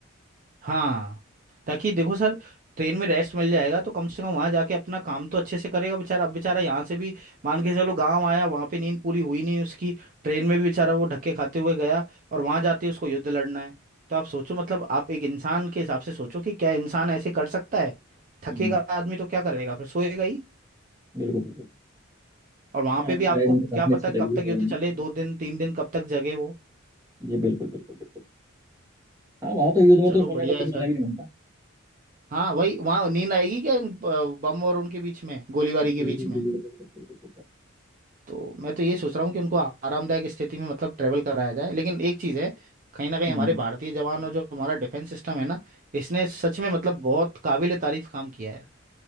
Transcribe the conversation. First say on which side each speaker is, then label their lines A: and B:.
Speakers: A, on the right; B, on the right.
A: हाँ ताकि देखो सर ट्रेन में रेस्ट मिल जाएगा तो कम से कम वहां जाके अपना काम तो अच्छे से करेगा बेचारा अब बेचारा यहाँ से भी मान के चलो गांव आया वहां पे नींद पूरी हुई नहीं उसकी ट्रेन में भी बेचारा वो धक्के खाते हुए गया और वहां जाते उसको युद्ध लड़ना है तो आप सोचो मतलब आप एक इंसान के हिसाब से सोचो कि क्या इंसान ऐसे कर सकता है थकेगा
B: हम्म
A: आदमी तो क्या करेगा फिर सोएगा ही
B: बिल्कुल बिल्कुल
A: और वहां पे
B: आपकी
A: भी आपको
B: राय मुझे काफी
A: क्या
B: अच्छी
A: पता
B: लगी
A: कब तक
B: इस बारे
A: युद्ध
B: में
A: चले दो दिन तीन दिन कब तक जगे वो
B: जी बिल्कुल बिल्कुल बिल्कुल हाँ वहां तो युद्ध में
A: चलो
B: तो सोने
A: बढ़िया
B: का कोई
A: है
B: मतलब
A: सर
B: ही नहीं बनता
A: हाँ वही वहां नींद आएगी क्या इन, अ, बम और उनके बीच में गोलीबारी
B: जी
A: के बीच
B: जी
A: में
B: जी बिल्कुल बिल्कुल बिल्कुल सर
A: तो मैं तो ये सोच रहा हूँ कि उनको आरामदायक स्थिति में मतलब ट्रेवल कराया जाए लेकिन एक चीज़ है कहीं ना कहीं
B: हम्म
A: हमारे भारतीय जवान और जो हमारा डिफेंस सिस्टम है ना इसने सच में मतलब बहुत काबिल तारीफ काम किया है